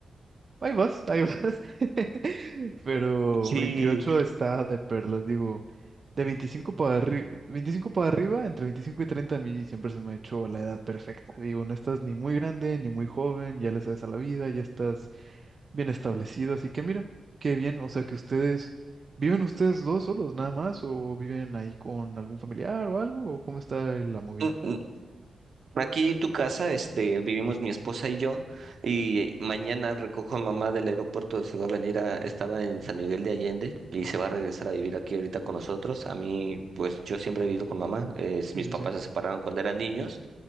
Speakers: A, on the right; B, on the right.
A: Ahí vas, ahí vas. <laughs> Pero
B: Sí,
A: 28 está de perlas, digo, de 25 para arriba, 25 para arriba, entre 25 y 30, a mí siempre se me ha hecho la edad perfecta. Digo, no estás ni muy grande ni muy joven, ya le sabes a la vida, ya estás bien establecido, así que mira, qué bien, o sea que ustedes, ¿viven ustedes dos solos nada más o viven ahí con algún familiar o algo? ¿O cómo está la movida?
B: mm, mm, aquí tu casa, este, vivimos mi esposa y yo, y mañana recojo a mamá del aeropuerto, se va a venir a, estaba en San Miguel de Allende y se va a regresar a vivir aquí ahorita con nosotros. A mí, pues yo siempre he vivido con mamá, eh,
A: Sí,
B: mis
A: sí,
B: papás
A: sí.
B: se separaron cuando eran niños.